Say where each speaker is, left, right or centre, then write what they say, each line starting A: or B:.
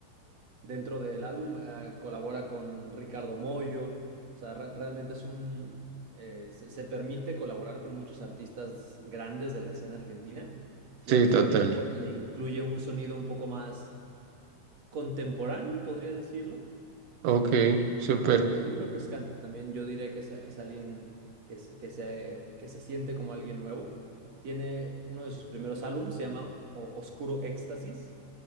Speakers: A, on the right (about 50°); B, on the right (about 70°).
A: dentro del álbum, eh, colabora con Ricardo Mollo, o sea, re- realmente es un, eh, se, se permite colaborar con muchos artistas grandes de la escena argentina y
B: sí,
A: al mismo
B: total.
A: tiempo le incluye un sonido un poco más contemporáneo, podría decirlo,
B: Ok, súper.
A: pero muy refrescante. También yo diría que es, es alguien que se, que se, que se siente como alguien nuevo. Tiene uno de sus primeros álbumes, se llama O- Oscuro Éxtasis,